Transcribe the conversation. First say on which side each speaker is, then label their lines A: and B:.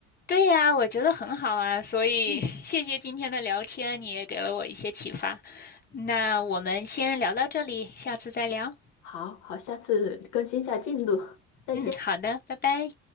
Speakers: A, on the left; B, on the left.
A: 对呀，我觉得很好啊，所以
B: <laughs> 嗯，
A: <laughs> 谢谢今天的聊天，你也给了我一些启发。那我们先聊到这里，下次再聊。
B: 好好，下次更新一下进度，再见。
A: 嗯，好的，拜拜。